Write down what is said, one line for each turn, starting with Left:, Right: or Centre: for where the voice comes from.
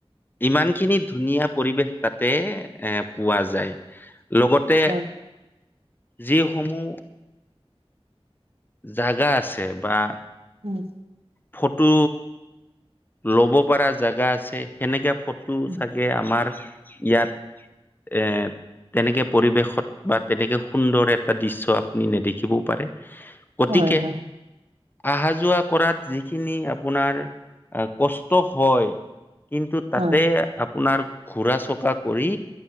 Left: ইমান খিনি ধুনীয়া পৰিৱেশ তাতে এ পোৱা যায় লগতে
Right: হয়
Left: যিসমূহ জাগা আছে বা
Right: উম
Left: ফটো লব পৰা জোগা আছে সেনেকে ফটো
Right: উম,
Left: চাগে আমাৰ ইয়াত এ তেনেকে পৰিৱেশত বা তেনেকে সুন্দৰ এটা দৃশ্য আপুনি নেদেখিবও পাৰে গতিকে
Right: হয় হয়
Left: অহা যোৱা কৰাত যিখিনি আপোনাৰ কষ্ট হয় কিন্তু তাতে
Right: হয়
Left: আপোনাৰ ঘোৰা চকা কৰি